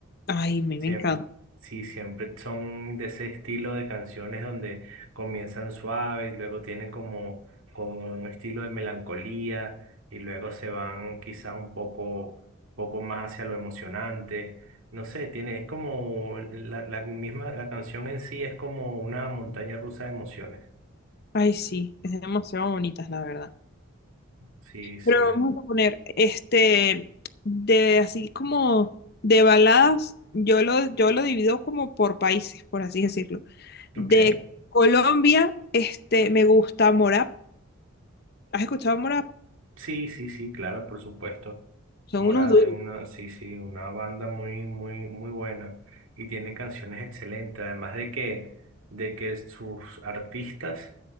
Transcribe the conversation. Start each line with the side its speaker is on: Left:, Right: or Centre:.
Left: Ay, me,
Right: Siem-
Left: me encanta.
Right: sí, siempre son de ese estilo de canciones donde comienzan suaves, luego tienen como, como un estilo de melancolía y luego se van quizás un poco, poco más hacia lo emocionante. No sé, tiene, es como la, la misma, la canción en sí es como una montaña rusa de emociones.
Left: Ay, sí, es demasiado bonitas, la verdad.
Right: Sí, sí.
Left: Pero vamos a poner, este, de así como de baladas, yo lo, yo lo divido como por países, por así decirlo.
Right: Ok.
Left: De Colombia, este, me gusta Morap. ¿Has escuchado Morap?
Right: Sí, sí, sí, claro, por supuesto.
Left: Son
Right: Morat
Left: unos duros.
Right: es una, sí, sí, una banda muy, muy, muy buena y tiene canciones excelentes, además de que, de que sus artistas